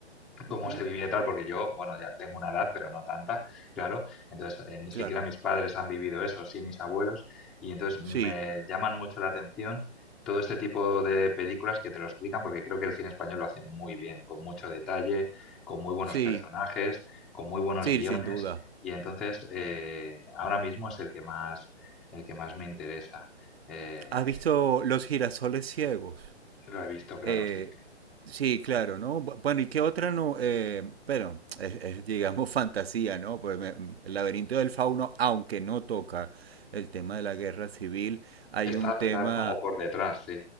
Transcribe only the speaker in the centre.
cómo
se vivía tal, porque yo, bueno, ya tengo una edad, pero no tanta, claro, entonces eh, ni
siquiera mis padres han vivido eso, sí mis abuelos, y entonces me
llaman mucho la atención todo este tipo de películas que te lo explican, porque creo que el cine español lo hace muy bien, con mucho detalle, con muy buenos
personajes, con muy buenos
guiones,
y entonces eh, ahora mismo es el que más, el que más me interesa. Eh,
lo he visto, claro,
sí, sí.
Está,
está como por detrás, sí.